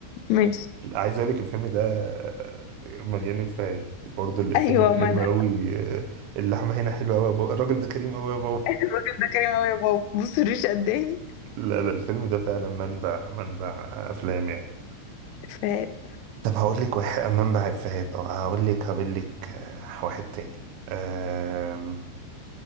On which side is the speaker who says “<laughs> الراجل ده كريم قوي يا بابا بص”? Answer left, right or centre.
Left